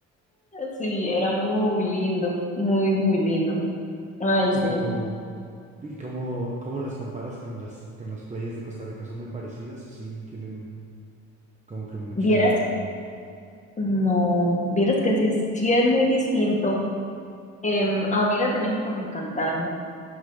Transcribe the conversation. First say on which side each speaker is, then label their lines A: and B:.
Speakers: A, on the left (about 25°); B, on the right (about 25°).
A: Sí, era muy lindo, muy, muy lindo. Ay,
B: ¿Y
A: sí.
B: cómo, y cómo, cómo las comparas con las, con las playas de Costa Rica? ¿Son muy parecidas o sí tienen como que mucha...
A: Vieras, no, vieras que sí, sí es muy distinto. Em, a mí las de México me encantaron.